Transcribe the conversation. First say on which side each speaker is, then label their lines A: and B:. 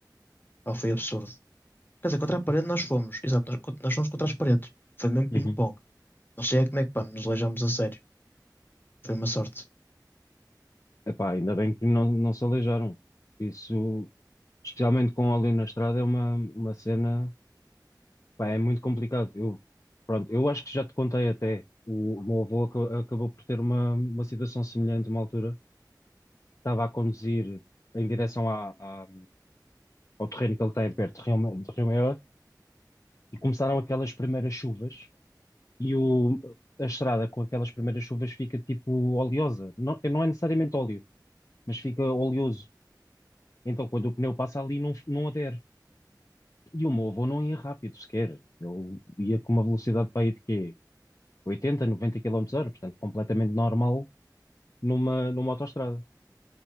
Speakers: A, on the left; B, on the left.
A: Pá, foi absurdo. Quer dizer, contra a parede nós fomos. Exato, nós, nós fomos contra as paredes. Foi mesmo ping-pong.
B: Uhum.
A: Não sei é como é que, pá, nos aleijamos a sério. Foi uma sorte.
B: Epá, ainda bem que não, não se aleijaram. Isso, especialmente com óleo na estrada, é uma, uma cena, pá, é muito complicado. Eu, pronto, eu acho que já te contei até, o, o meu avô aca- acabou por ter uma, uma situação semelhante uma altura. estava a conduzir em direção à- à- ao terreno que ele tem perto de Rio, Ma- de Rio Maior e começaram aquelas primeiras chuvas e o, a estrada com aquelas primeiras chuvas fica tipo oleosa. Não, não é necessariamente óleo, mas fica oleoso. Então quando o pneu passa ali não, não adere. E o meu avô não ia rápido sequer. Eu ia com uma velocidade para aí de quê? 80, 90 km hora, portanto completamente normal numa, numa autoestrada.